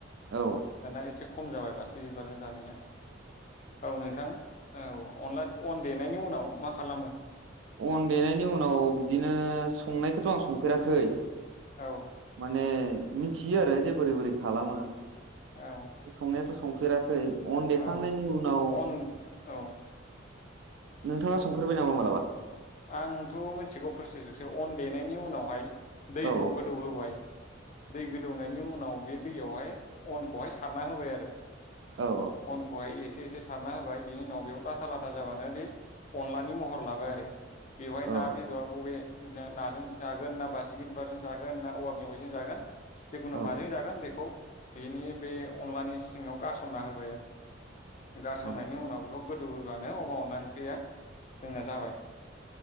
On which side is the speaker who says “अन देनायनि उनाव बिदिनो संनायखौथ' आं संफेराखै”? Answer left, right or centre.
Right